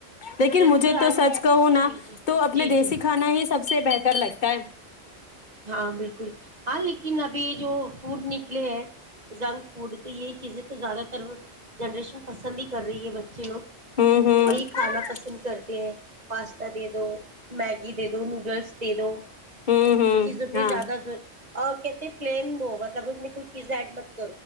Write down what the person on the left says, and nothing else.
لیکن
مجھے تو
سچ کہوں نا
تو اپنے
دیسی
کھانا ہی سب سب سے بہتر لگتا ہے
ہ
ہ
ہوں ہوں
ہاں